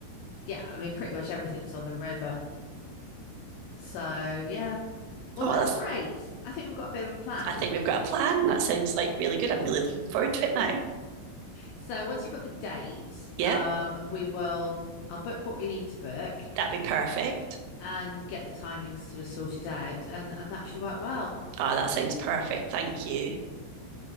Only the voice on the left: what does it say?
Yeah, I mean pretty much everything that's on the river. So yeah. Well,
that's
great. I think we've got a bit of a plan.
So once you've got the date,
um, we will I'll book what we need to book
and get the timings sort of sorted out and, and that should work well.